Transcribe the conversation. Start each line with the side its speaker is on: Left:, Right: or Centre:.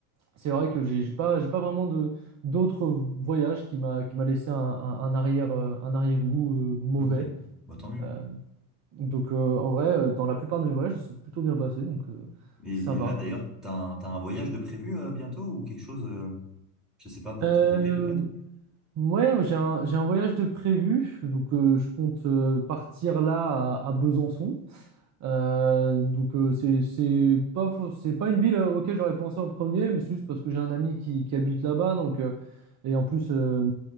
Right: c'est vrai que j'ai j'ai pas, j'ai pas vraiment de d'autres voyages qui m'a qui m'a laissé un, un- un arrière, euh, un arrière-goût euh, mauvais.
Centre: ok, bah tant mieux.
Right: Euh, donc euh, en vrai, euh, dans la plupart de mes voyages, c'est plutôt bien passé, donc euh,
Centre: Et,
Right: ça
Centre: et
Right: va.
Centre: là d'ailleurs, t'as un, t'as un voyage de prévu euh, bientôt ou quelque chose, euh, je sais pas, pour
Right: Euh,
Centre: cet été peut-être?
Right: ouais, j'ai un, j'ai un voyage de prévu, donc euh, je compte euh, partir là à, à Besançon. Euh, donc euh, c'est c'est pas faux- c'est pas une ville euh, auquel j'aurais pensé en premier, mais c'est juste parce que j'ai un ami qui, qui habite là-bas, donc euh, et en plus euh,